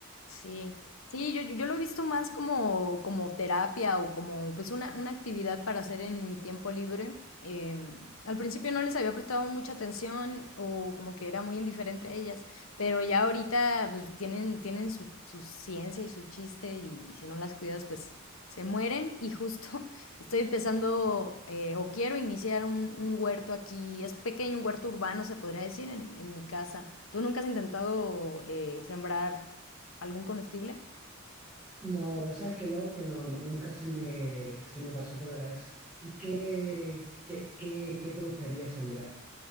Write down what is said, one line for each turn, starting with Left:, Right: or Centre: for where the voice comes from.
Left: Sí, sí, yo, yo yo lo he visto más como, como terapia o como pues una, una actividad para hacer en mi tiempo libre. Em, al principio no les había prestado mucha atención o como que era muy indiferente a ellas, pero ya ahorita pues tienen, tienen su, su ciencia y su chiste y si no las cuidas pues se mueren y justo <laughs> estoy empezando eh, o quiero iniciar un, un huerto aquí, es pequeño, un huerto urbano se podría decir en, en mi casa. ¿Tú nunca has intentado eh, sembrar? algún comestible?
Centre: No, vos sabes que no, que no, no, nunca se me, se me pasó por la cabeza. ¿Y qué, qué, qué, qué te gustaría sembrar?